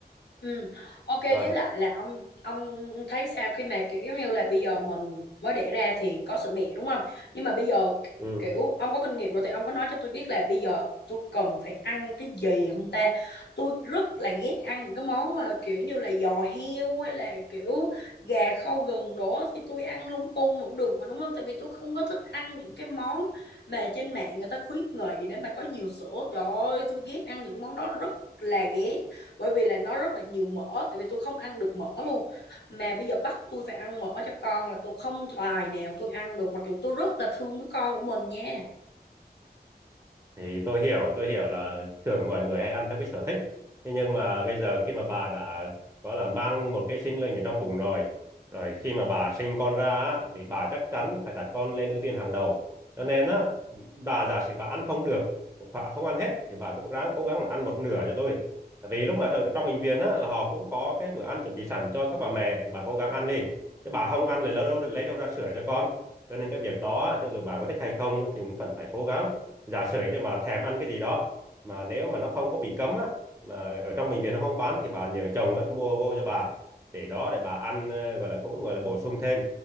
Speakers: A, on the left; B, on the right.
A: Ừ. Ok với
B: rồi
A: lại là ông ông thấy sao khi mà kiểu giống như là bây giờ mình mới đẻ ra thì có sữa mẹ đúng không? Nhưng mà bây giờ
B: ừ
A: kiểu ông có kinh nghiệm rồi thì ông có nói cho tôi biết là bây giờ tôi cần phải ăn cái gì không ta? Tôi rất là ghét ăn những cái món mà kiểu như là giò heo hay là kiểu gà kho gừng đó thì tôi ăn lung tung vẫn được mà đúng không? Tại vì tôi không có thích ăn những cái món mà trên mạng người ta khuyến nghị để mà có nhiều sữa. Trời ơi, tôi ghét ăn những món đó rất là ghét bởi vì là nó rất là nhiều mỡ tại vì tôi không ăn được mỡ luôn mà bây giờ bắt tôi phải ăn mỡ cho con là tôi không tài nào tôi ăn được mặc dù tôi rất là thương đứa con của mình nha
B: thì tôi hiểu tôi hiểu là thường mọi người hay ăn theo cái sở thích thế nhưng mà bây giờ khi mà bà đã gọi là mang một cái sinh linh ở trong bụng rồi rồi khi mà bà sinh con ra á, thì bà chắc chắn phải đặt con lên ưu tiên hàng đầu cho nên á bà giả sử bà ăn không được hoặc không ăn hết thì bà cũng ráng cố gắng là ăn một nửa cho tôi Tại vì lúc mà ở trong bệnh viện á là họ cũng có cái bữa ăn chuẩn bị sẵn cho các bà mẹ thì bà cố gắng ăn đi chứ bà không ăn thì lấy đâu lấy đâu ra sữa cho con cho nên cái việc đó á, cho dù bà có thích hay không thì cũng vẫn phải cố gắng giả sử như mà thèm ăn cái gì đó mà nếu mà nó không có bị cấm á mà ở trong bệnh viện nó không có bán thì bà nhờ chồng á mua vô cho bà để đó để bà ăn ờ, gọi là cũng gọi là bổ sung thêm